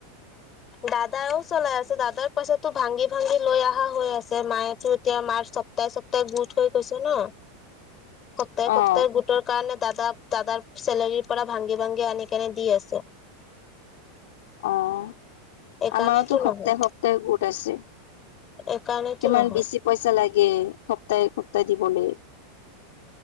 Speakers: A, on the left; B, on the left.
A: দাদাও চলাই আছে দাদাৰ পইচাতো ভাঙি- ভাঙি লৈ অহা হৈ আছে মায়ে টো এতিয়া মাৰ সপ্তাহে-সপ্তাহে গোট হৈ গৈছে ন, সপ্তাহে-
B: অ',
A: সপ্তাহে গোটৰ কাৰণে দাদা দাদাৰ চেলেৰীৰ পৰা ভাংঙি ভাংগি আনি কেনে দি আছে।
B: অ',
A: এইকাৰণেতো
B: আমাৰতো
A: নহয়
B: সপ্তাহ-সপ্তাহে গোট আছে।
A: এইকাৰণেতো
B: কিমান
A: নহয়
B: বেছি পইচা লা গে সপ্তাহে-সপ্তাহে দিবলে।